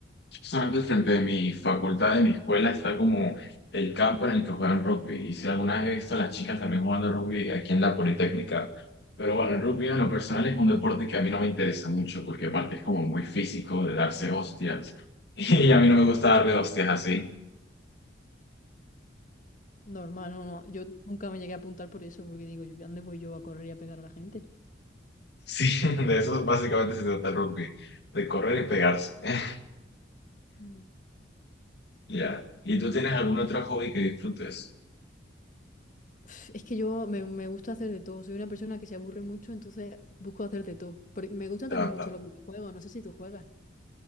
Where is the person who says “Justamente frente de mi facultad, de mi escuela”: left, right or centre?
Left